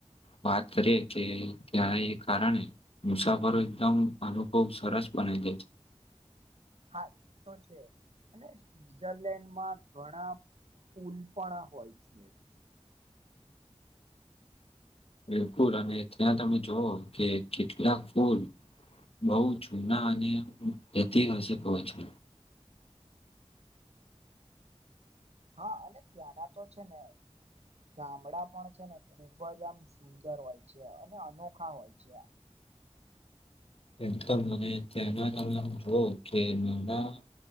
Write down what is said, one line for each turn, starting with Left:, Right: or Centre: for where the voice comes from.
Left: વાત કરીએે કે ત્યાં એ કારણે, મુસાફરો એકદમ અનુભવ સરસ બનાલે છે.
Right: હા એ તો છે. અને સ્વીઝરલેન્ડ મા ઘણા ઉલપાણા હોય છે.
Left: બિલકુલ અને ત્યાં તમે જોવ કે કેટલાક ફૂલ બહુ જૂના અને ઐતિહાસિક હોય છે.
Right: હા અને ત્યાંના તો છે ને ગામડા પણ છે ને ખૂબ જ આમ સુંદર હોય છે. અને અનોખા હોય છે.
Left: એકદ અને તયાના <unintelligible> જોવો કે નાના